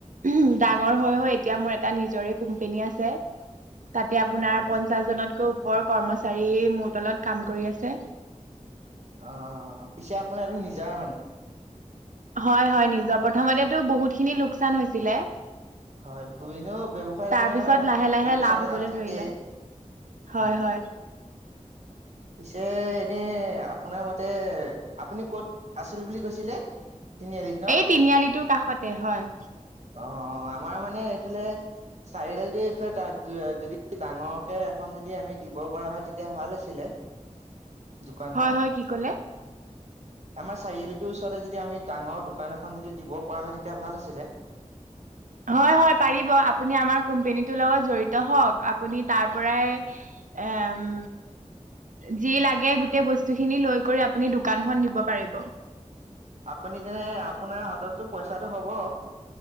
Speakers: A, on the right; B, on the right.
A: ডাঙৰ হৈ হৈ এতিয়া মোৰ এটা নিজৰে কোম্পেনী আছে। তাতে আপোনাৰ
B: অ পিছে
A: পঞ্চাশ জনতকৈও ওপৰ কৰ্মচাৰী মোৰ তলত কাম কৰি আছে।
B: অ পিছে আপোনাৰ এইটো নিজা মানে
A: হয় হয় নিজৰ প্ৰথমতেতো বহুতখিনি লোকচান হৈছিলে
B: হয় এনেও ব্যৱসায়ত
A: তাৰ
B: আপোনাৰ
A: পিছত লাহে লাহে
B: লোকচান
A: হবলৈ
B: লাভ থাকেই,
A: ধৰিলে হয়
B: উম
A: হয়
B: পিছে এনে আপোনাৰ মতে আপুনি কত আছিল বুলি কৈছিলে। তিনিআলিত ন
A: এই তিনিআলিটোৰ কাষতে হয়।
B: অ অ আমাৰ মানে এইফালে চাৰিআলিটো এইফালে যদি ডাঙৰকে এখন যদি আমি দিব পৰা হয় তেতিয়া ভাল আছিলে
A: <inaudible>
B: দোকানখন
A: হয় হয় কি কলে
B: আমাৰ চাৰিআলিটোৰ ওচৰতে যদি আমি ডাঙৰ দোকান এখন যদি দিব পৰা হয় তেতিয়া ভাল আছিলে।
A: হয় হয় পাৰিব আপুনি আমাৰ কোম্পেনীটোৰ লগত জড়িত হওক আপুনি তাৰ পৰাই এম যি লাগে গোটেই বস্তু খিনি লৈ কৰি আপুনি দোকানখন দিব পাৰিব।
B: আপুনি যেনে আপোনাৰ হাততো পইচাটো হব